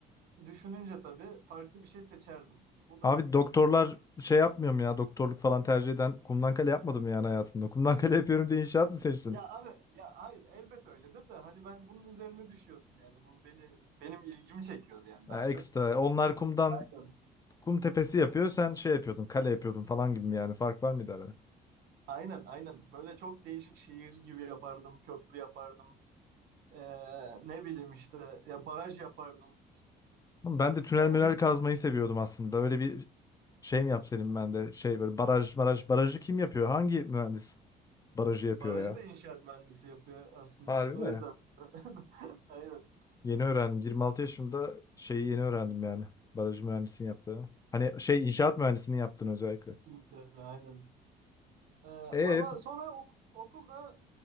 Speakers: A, on the right; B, on the left.
A: düşününce tabii farklı bir şey seçerdim. Bu da
B: Abi doktorlar şey yapmıyor mu ya? Doktorluk falan tercih eden kumdan kale yapmadım yani hayatında. Kumdan kale yapıyorum diye inşaat mı seçtin?
A: Ya abi ya hayır elbet öyledir de hani ben bunun üzerine düşüyordum yani bu beni benim ilgimi çekiyordu yani
B: Ya
A: daha
B: ekstra.
A: çok.
B: Onlar kumdan
A: Aynen.
B: kum tepesi yapıyor. Sen şey yapıyordun, kale yapıyordun falan gibi mi yani? Fark var mıydı arada?
A: Aynen aynen böyle çok değişik şiir gibi yapardım köprü yapardım Ee, ne bileyim işte ya baraj yapardım.
B: Ama Ben de tünel
A: Ya
B: münel
A: bunlar
B: kazmayı seviyordum aslında. Öyle bir şey mi yapsaydım ben de? Şey böyle baraj baraj barajı kim yapıyor? Hangi mühendis barajı yapıyor
A: barajı
B: ya?
A: da inşaat mühendisi yapıyor aslında
B: Harbi
A: işte o
B: mi?
A: yüzden. <laughs> Aynen
B: Yeni öğrendim. 26 yaşımda şeyi yeni öğrendim yani. Baraj mühendisinin yaptığını. Hani şey inşaat mühendisinin yaptığını özellikle.
A: inşaat mühendisi, aynen. Ee,
B: E
A: valla sonra ok- okulda e,